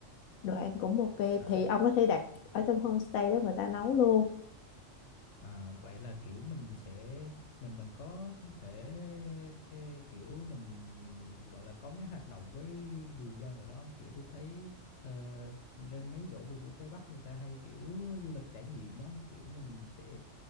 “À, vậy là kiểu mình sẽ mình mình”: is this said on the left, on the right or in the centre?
Left